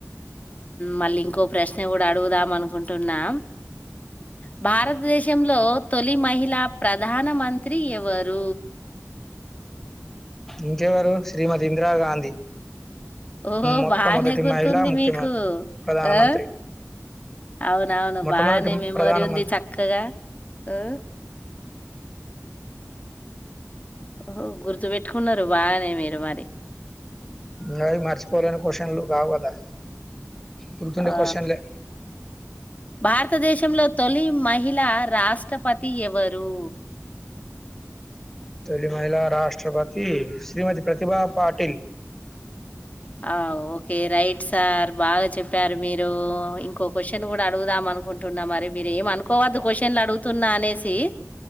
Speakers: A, on the left; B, in the centre.
A: మళ్ళీ ఇంకో ప్రశ్న కూడా అడుగుదాం అనుకుంటున్నా. భారత్ భారతదేశంలో తొలి మహిళ ప్రధాన మంత్రి స్త్రీ ఎవరు
B: ఇంకెవరు శ్రీమతి ఇందిరాగాంధీ
A: ఓహో
B: మొట్టమొదటి
A: బానే గుర్తుంది.
B: మహిళా ముఖ్యమంత్రి
A: మీకు
B: ప్రధానమంత్రి.
A: ఆ అవునవును
B: మొట్టమొదటి
A: బానే మెమోరీ
B: ప్రధానమంత్రి.
A: ఉంది చక్కగా ఉ ఒ గుర్తు పెట్టుకున్నారు బాగానే మీరు మరి
B: గవి మర్చిపోలేని కొషన్లు కావు కదా గుర్తుండే
A: ఆ!
B: కోశన్లే
A: భారతదేశంలో తొలి మహిళా రాష్ట్రపతి ఎవరు
B: తొలి మహిళ రాష్ట్రపతి శ్రీమతి ప్రతిభా పాటిల్
A: ఆ ఓకే రైట్ సార్ బాగా చెప్పారు మీరు ఇంకో క్వశ్చన్ కూడా అడుగుదాం అనుకుంటున్నా మరి మీరేం అనుకోవద్దు కొషన్లు అడుగుతున్నా అనేసి